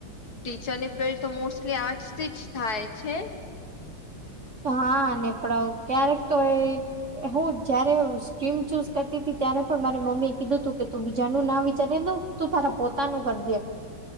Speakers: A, on the left; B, on the right.
A: ટીચરની ફિલ્ડ તો મોસ્ટલી આર્ટસ થી જ થાય છે.
B: હા ને પણ ક્યારેક તો એ હુ જયારે સ્ટ્રીમ ચૂઝ કરતી ત હતી, ત્યારે પણ મારે મમ્મી એ કિધુ તુ કે તુ બીજાનું ના વિચારી દઉ તું તારા પોતાનું કરજે